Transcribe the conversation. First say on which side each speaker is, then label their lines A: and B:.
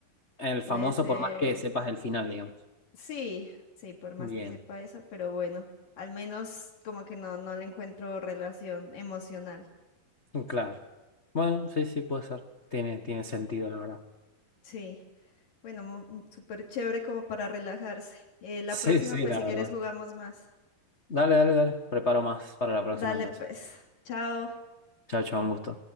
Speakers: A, on the left; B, on the left.
A: El
B: Puede
A: famoso,
B: ser,
A: por más que sepas el final, digamos.
B: sí, sí, por más
A: Bien,
B: que sepa eso, pero bueno, al menos como que no, no le encuentro relación emocional.
A: claro. Bueno, sí, sí, puede ser. Tiene, tiene sentido, la verdad. <laughs>
B: Sí, bueno, mo- m- súper chévere como para relajarse. Eh, la
A: Sí,
B: próxima,
A: sí,
B: pues
A: la
B: si
A: verdad.
B: quieres jugamos más.
A: Dale, dale, dale. Preparo más para la próxima
B: Dale,
A: entonces.
B: pues, chao.
A: Chao, chao, un gusto.